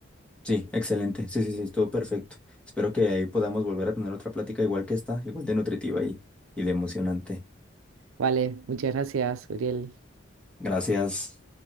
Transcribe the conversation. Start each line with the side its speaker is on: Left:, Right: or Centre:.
Centre: Sí, excelente. Sí, sí, sí, estuvo perfecto. Espero que ahí podamos volver a tener otra plática igual que esta, igual de nutritiva y, y de emocionante.
Right: Vale, muchas gracias, Uriel.
Centre: Gracias.